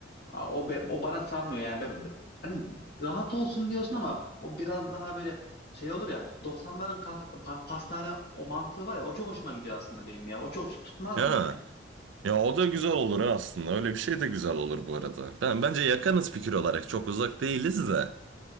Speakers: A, on the left; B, on the right.
A: o be- o bana sarmıyor yani. Ben- ben- hani rahat olsun diyorsun ama o biraz daha böyle şey olur ya Doksanların kafe, pa- pastane o mantığı var ya o çok hoşuma gidiyor aslında benim ya. O çok tutmaz
B: ha.
A: mı yani?
B: Ya o da güzel olur ha aslında. Öyle bir şey de güzel olur bu arada. Ben, bence yakınız fikir olarak. Çok uzak değiliz de.